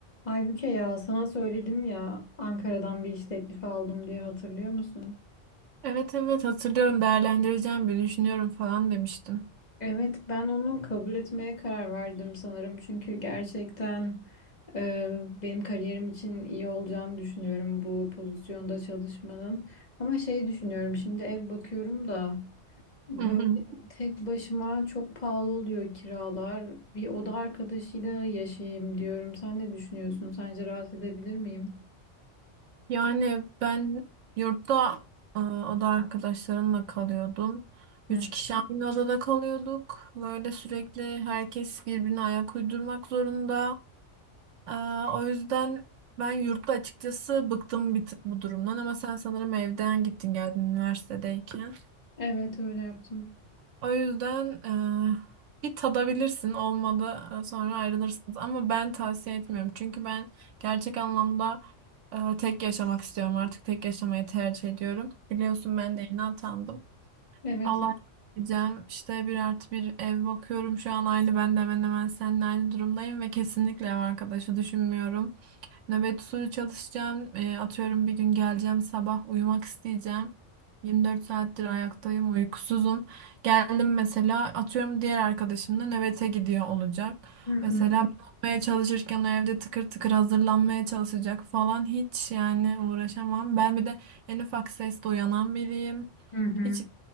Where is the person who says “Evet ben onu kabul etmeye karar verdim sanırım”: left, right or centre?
Left